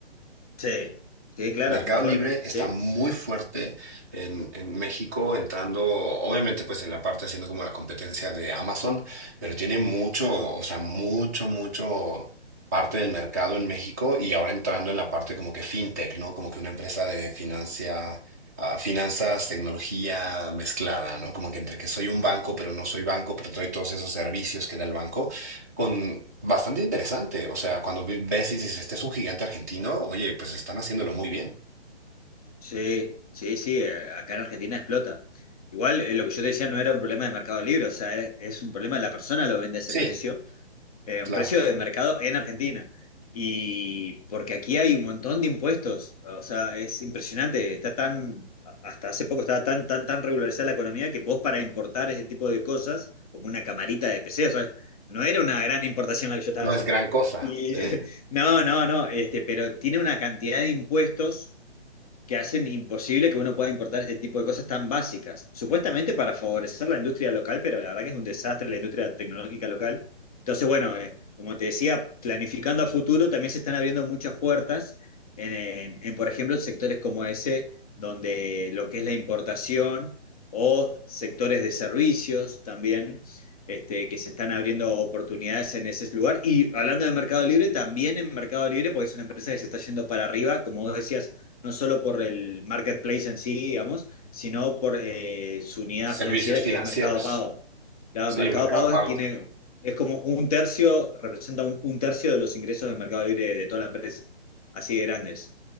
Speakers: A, on the left; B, on the right.
A: Sí, sí, claro,
B: Mercado
A: muy fuerte.
B: Libre está
A: Sí,
B: muy fuerte en, en México, entrando, obviamente, pues en la parte haciendo como la competencia de Amazon, pero tiene mucho, o sea, mucho, mucho parte del mercado en México y ahora entrando en la parte como que fintech, ¿no? Como que una empresa de financia, ah, finanzas, tecnología mezclada, ¿no? Como que entre que soy un banco, pero no soy banco, pero doy todos esos servicios que da el banco, con bastante interesante. O sea, cuando vi- ves y dices, este es un gigante argentino, oye, pues están haciéndolo muy bien.
A: sí, sí, sí, eh, acá en Argentina explota. Igual, eh, lo que yo te decía no era un problema de Mercado Libre, o sea, era- es un problema de la persona lo vende a ese
B: Sí,
A: precio eh,
B: claro.
A: un precio de mercado en Argentina. Y porque aquí hay un montón de impuestos, o sea, es impresionante, está tan, hasta hace poco estaba tan, tan, tan regularizada la economía que vos para importar ese tipo de cosas, como una camarita de PC, o sea, no era una gran importación la que yo estaba
B: No
A: haciendo.
B: es gran cosa,
A: Y,
B: sí.
A: <laughs> no, no, no, este, pero tiene una cantidad de impuestos que hacen imposible que uno pueda importar este tipo de cosas tan básicas, supuestamente para favorecer la industria local, pero la verdad que es un desastre la industria tecnológica local. Entonces, bueno, eh, como te decía, planificando a futuro, también se están abriendo muchas puertas en, en- en, por ejemplo, sectores como ese, donde lo que es la importación o sectores de servicios también. Este, que se están abriendo oportunidades en ese lugar. Y hablando de Mercado Libre, también en Mercado Libre, porque es una empresa que se está yendo para arriba, como vos decías, no solo por el marketplace en sí, digamos, sino por eh, su unidad
B: Servicios
A: financiera
B: financieros,
A: que es Mercado Pago. Claro,
B: sí,
A: Mercado
B: Mercado
A: Pago
B: Pago.
A: es- tiene, es como un tercio, representa un, un tercio de los ingresos de Mercado Libre de toda la empresa, así de grandes.